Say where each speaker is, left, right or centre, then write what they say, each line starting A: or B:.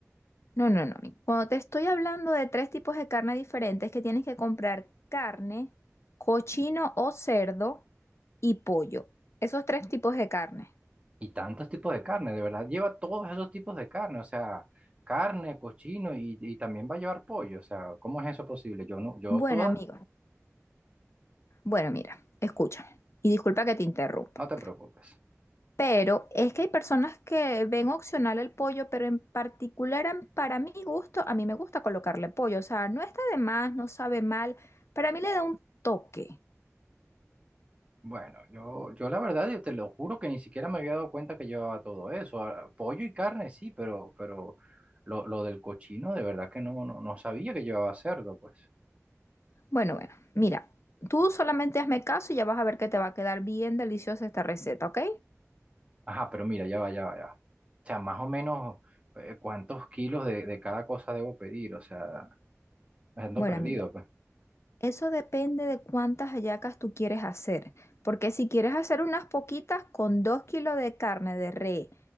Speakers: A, on the left (about 55°); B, on the right (about 25°).
A: no, no, no, amigo. Cuando te estoy hablando de tres tipos de carne diferentes, que tienes que comprar carne, cochino o cerdo y pollo. Esos tres tipos de carne.
B: Y tantos tipos de carne, de verdad, lleva todos esos tipos de carne, o sea, carne, cochino y, y también va a llevar pollo, o sea, ¿cómo es eso posible? Yo no, yo
A: Bueno,
B: toda,
A: amigo. Bueno, mira, escúchame y disculpa que te interrumpa,
B: no te preocupes.
A: pero es que hay personas que ven opcional el pollo, pero en particular en- para mi gusto, a mí me gusta colocarle pollo, o sea, no está de más, no sabe mal, para mí le da un toque.
B: Bueno, yo, yo la verdad, yo te lo juro que ni siquiera me había dado cuenta que llevaba todo eso. Ah, Pollo y carne sí, pero, pero lo, lo del cochino de verdad que no, no, no sabía que llevaba cerdo, pues.
A: Bueno, bueno, mira, tú solamente hazme caso y ya vas a ver que te va a quedar bien deliciosa esta receta, ¿ok?
B: Ajá, pero mira, ya va, ya va, ya va. O sea, más o menos eh, cuántos kilos de, de cada cosa debo pedir, o sea, ando
A: Bueno,
B: perdido,
A: amigo.
B: pues.
A: Eso depende de cuántas hallacas tú quieres hacer, porque si quieres hacer unas poquitas con dos kilos de carne de res,